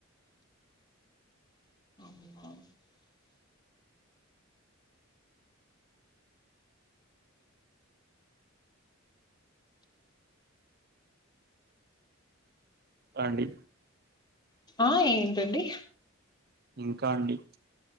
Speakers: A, on the left; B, on the right.
A: <inaudible>
B: అండి
A: ఆ ఏంటండి
B: ఇంకా అండి